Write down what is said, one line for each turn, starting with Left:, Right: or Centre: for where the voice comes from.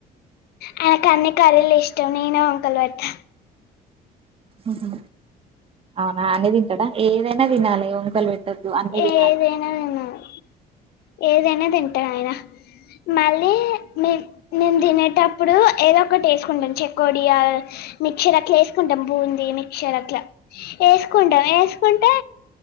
Left: వాడికి అన్ని కరీలు ఇష్టం నేను వంకల్ వెడ్తా
Right: ఉహు అవునా అన్ని దింటాడా ఏదైనా దినాలె వంకలుపెట్టద్దు అన్ని దినాలి
Left: ఏదైనా తినాలి ఏదైనా దింటా అయినా మళ్ళీ మేమ్ నేన్ దినేటప్పుడు ఏదో ఒకటి ఏసుకుంటాను చెకోడియా మిక్చర్ అట్లా ఏసుకుంటాం బూంది మిక్చర్ అట్లా ఏసుకుంటాం ఏసుకుంటే